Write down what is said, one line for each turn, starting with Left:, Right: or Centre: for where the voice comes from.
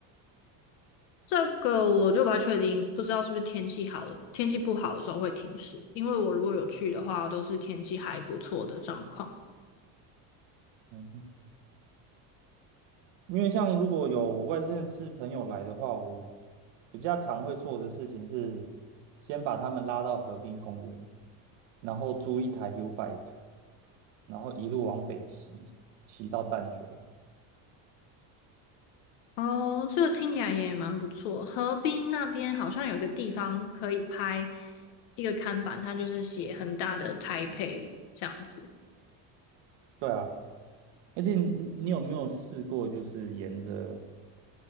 Left: 这个我就不太确定，不知道是不是天气好的，天气不好的时候会停驶。因为我如果有去的话，都是天气还不错的状况。
Right: 嗯，因为像如果有外县市朋友来的话，我比较常会做的事情是先把他们拉到河滨公园。然后租一台 U bike，然后一路往北骑，骑到淡水。
Left: 哦，这个听起来也蛮不错。河滨那边好像有一个地方可以拍一个看板，它就是写很大的台北这样子。
Right: 对啊，而且你你有没有试过，就是沿着